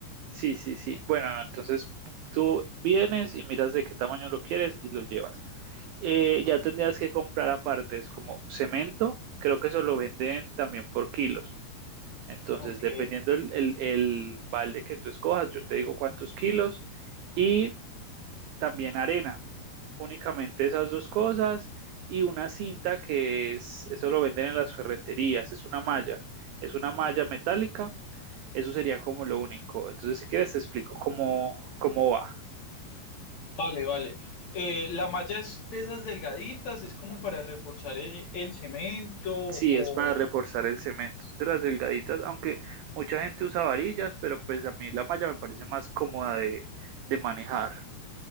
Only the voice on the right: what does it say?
Sí, sí, sí. Bueno, no, entonces tú vienes y miras de qué tamaño lo quieres y lo llevas. Eh, ya tendrías que comprar aparte, es como cemento, creo que eso lo venden también por kilos. Entonces,
dependiendo el, el, el balde que tú escojas, yo te digo cuántos kilos y también arena, únicamente esas dos cosas y una cinta que es, eso lo venden en las ferreterías, es una malla, es una malla metálica, eso sería como lo único. Entonces, si quieres, te explico cómo, cómo va.
Sí, es para reforzar el cemento. es De las delgaditas, aunque mucha gente usa varillas, pero pues a mí la malla me parece más cómoda de, de manejar.